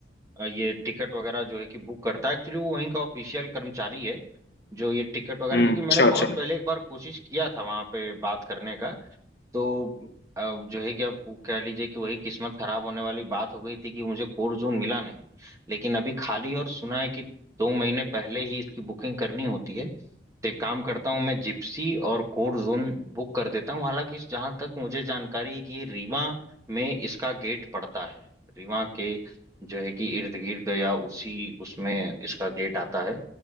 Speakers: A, on the right; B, on the left.
A: अ, ये टिकट वगैरह जो है कि बुक करता है एक्चुअली वो वहीं का ऑफिशियल कर्मचारी है जो ये टिकट वगैरह
B: हम्म
A: क्योंकि
B: अच्छा
A: मैंने
B: अच्छा
A: बहुत पहले एक बार कोशिश किया था वहां पे बात करने का तो अब जो है कि आप कह लीजिए कि वही किस्मत खराब होने वाली बात हो गई थी कि मुझे कोर जोन मिला नहीं लेकिन अभी खाली है और सुना है कि दो महीने पहले ही इसकी बुकिंग करनी होती है तो एक काम करता हूँ मैं जिप्सी और कोर जोन बुक कर देता हूँ हालांकि इस- जहाँ तक मुझे जानकारी है कि ये रीवा में इसका गेट पड़ता है रीवा के जो है कि इर्द गिर्द या उसी उसमें इसका गेट आता है